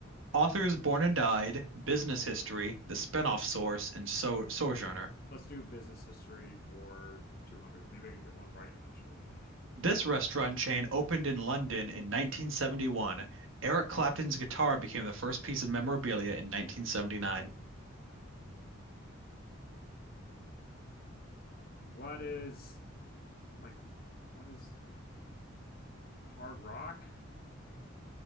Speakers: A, on the right; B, on the left.
A: Authors Born and Died, Business History, The Spinoff Source, and so- Sojourner.
B: Let's do business history for 200. Maybe I can get one right eventually.
A: This restaurant chain opened in London in 1971. Eric Clapton's guitar became the first piece of memorabilia in 1979.
B: What is like, what is Hard Rock?